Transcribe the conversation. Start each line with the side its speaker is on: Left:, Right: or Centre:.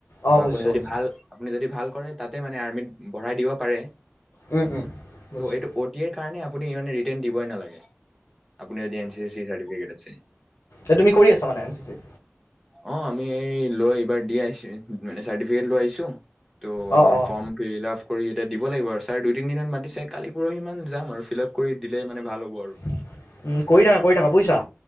Left: অঁ,
Centre: বা
Left: বুজিছোঁ
Centre: আপুনি যদি
Left: বুজিছোঁ।
Centre: ভাল আপুনি যদি ভাল কৰে তাতে মানে আৰ্মিত বঢ়াই দিব পাৰে।
Left: উম, উম। <unintelligible>
Centre: ত' এইটো অ টি এ ৰ কাৰণে আপুনি মানে ৰিটেন দিবয়ে নালাগে, আপুনাৰ যদি এন চি চি চাৰ্টিফিকেট আছে।
Left: এ তুমি কৰি আছা মানে এন চি চি?
Centre: অ', আমি এই লৈ এইবাৰ দি আহিছো মানে চাৰ্টিফিকেট লৈ আহিছো, ত'
Left: অঁ, অঁ,
Centre: ফৰ্ম ফিল আপ কৰি এতিয়া দিব লাগিব আৰু ছাৰ দুই, তিনি দিনত মাতিছে, কালি পুৰহি সিমানত যাম আৰু ফিল আপ কৰি দিলে মানে ভাল হ'ব আৰু।
Left: উম কৰি থাকা, কৰি থাকা বুজিছা